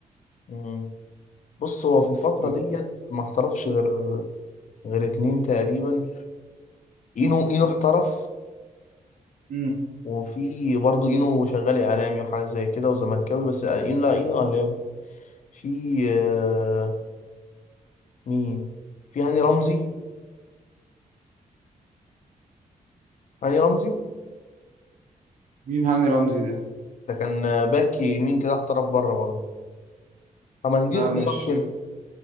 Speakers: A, on the left; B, on the right.
A: مم. بص هو في الفترة
B: وده-
A: ديت ما احترفش غير غير اتنين تقريبا اينو اينو احترف
B: مم.
A: وفي برضه اينو شغال اعلامي وحاجة زي كده وزملكاوي بس آه، اينو لا اينو اهلاوي في آه، مين في هاني رمزي هاني رمزي
B: مين هاني رمزي ده
A: ده كان باك يمين كده احترف بره برضه طب ما تديني
B: لا
A: اختيارات
B: مش
A: كده